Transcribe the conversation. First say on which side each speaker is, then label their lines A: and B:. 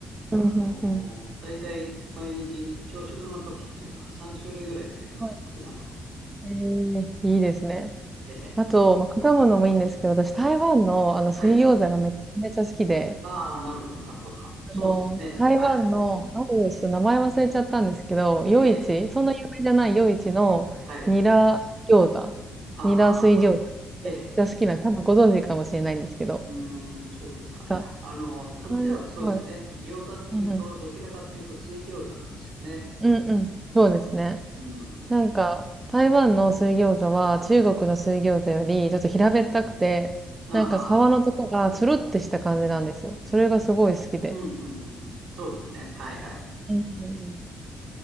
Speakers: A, on the right; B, on the right.
A: あの、
B: た。うん、うん、うん。
A: 大体毎日朝食の時っていうのは3種類ぐらい出てきますよ、
B: はい。
A: 果物。
B: ええ、いいですね。
A: ええ。
B: あと、まあ、果物もいいんですけど、私台湾の、あの、水餃子がめちゃめちゃ好きで、
A: はい。ああ、なるほど、なるほど。
B: あの、
A: そうですね。
B: 台湾の、
A: はい。
B: ある、ちょっと名前忘れちゃったんですけど、夜市、
A: ええ。
B: そんな有名じゃない夜市のニラ餃子、
A: はい。はあはあはあはあ。
B: ニラ水餃子がめっちゃ好きな、
A: ええ。
B: 多分ご存知かもしれないんですけど、
A: うーん、そうですか。
B: なんか、
A: あの、こっちだとそうですよね。
B: 台湾はい、
A: 餃子っていうと、
B: うんうん。
A: どちらかっていうと水餃子なんですよね。
B: うんうん。そうですね。
A: うん。
B: なんか、台湾の水餃子は中国の水餃子よりちょっと平べったくて、
A: あははは。
B: なんか皮のとこがつるってした感じなんですよ。それがすごい好きで。
A: うん、うん、うん、うん。そうですね。はい、はい。
B: うんうん